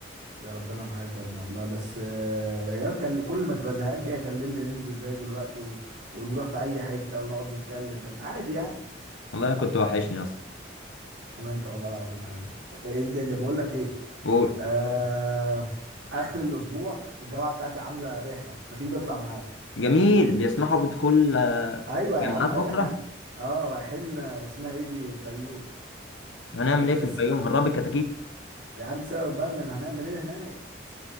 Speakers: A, on the right; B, on the left.
A: يا ربنا معاك يا ابني والله بس آه، يا كل كل ما تبقى زهقان كده كلمني ننزل زي دلوقتي و... ونروح في اي حته ونقعد نتكلم فاهم؟ عادي يعني
B: والله كنت وحشني يا اسطى
A: وانت والله العظيم يا امين طب ايه الدنيا بقول لك ايه
B: قول
A: آه... اخر الاسبوع الجامعه بتاعتي عامله رحله ما تيجي تطلع معايا
B: جميل بيسمحوا بدخول آه،
A: ايوه يا
B: جامعات
A: عم اي
B: اخرى
A: حاجه اه رايحين آه، اسمها ايه دي الفيوم
B: هنعمل ايه
A: بس
B: في الفيوم
A: بقى
B: هنربي كتاكيت
A: يا عم سيبك بقى من هنعمل ايه هناك س-